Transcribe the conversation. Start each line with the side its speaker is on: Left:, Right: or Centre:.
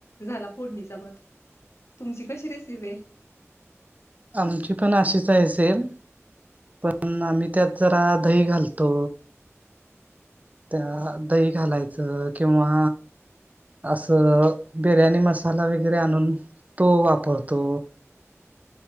Left: झाला फोडणीचा भात
Right: <inaudible>
Left: तुमची कशी रेसिपी हाय?
Right: आमची पण अशीच हाय सेम, पण आम्ही त्यात जरा दही घालतो. त्यात दही घालायचं किंवा आसं बिर्याणी मसाला वगैरे आणून तो वापरतो.